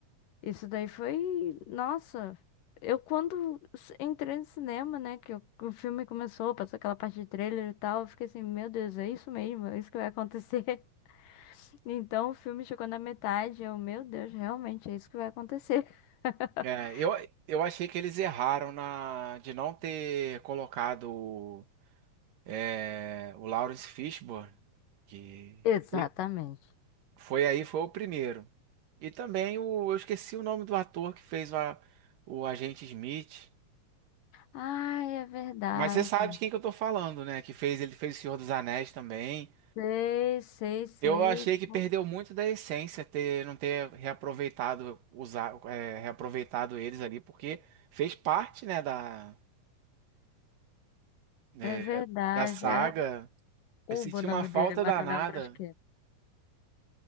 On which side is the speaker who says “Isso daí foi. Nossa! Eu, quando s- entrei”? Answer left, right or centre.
Left